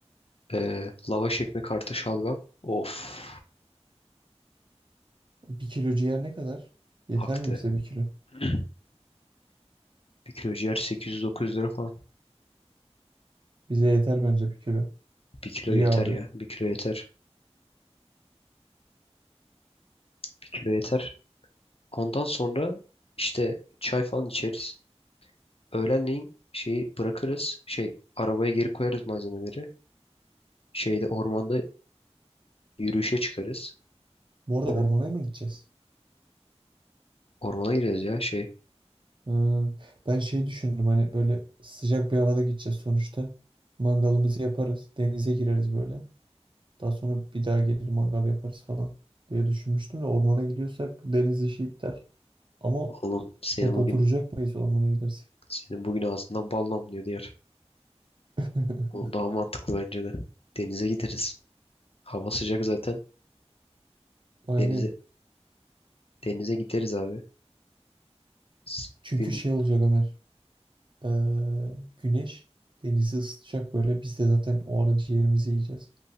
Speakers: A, on the left; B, on the right.
A: Ee, lavaş ekmek artı şalgam. Of
B: Bir kilo ciğer ne kadar? Yeter
A: aktı.
B: mi bize bir kilo?
A: <clears throat> Bir kilo ciğer 800-900 lira falan.
B: Bize yeter bence bir kilo.
A: Bir kilo
B: İyi
A: yeter
B: abi.
A: ya. Bir kilo yeter. Bir kilo yeter. Ondan sonra işte çay falan içeriz. Öğlenleyin şeyi bırakırız. Şey arabaya geri koyarız malzemeleri. Şeyde ormanda yürüyüşe çıkarız.
B: Bu arada
A: Değil
B: ormana
A: mi?
B: mı gideceğiz?
A: Ormana gireriz ya şey.
B: Hı, ben şey düşündüm hani böyle sıcak bir havada gideceğiz sonuçta. Mangalımızı yaparız. Denize gireriz böyle. Daha sonra bir daha gelir mangal yaparız falan diye düşünmüştüm de ormana gidiyorsak deniz işi iptal. Ama
A: Oğlum seni
B: hep
A: bugün
B: oturacak mıyız ormana gidersek?
A: Senin bugün ağzından bal damlıyor diğer.
B: <laughs>
A: O daha mantıklı bence de. Denize gideriz. Hava sıcak zaten.
B: Aynen.
A: Denize denize gideriz abi. S-
B: Çünkü
A: Gün
B: şey olacak Ömer. Ee, güneş denizi ısıtacak böyle. Biz de zaten o ara ciğerimizi yiyeceğiz.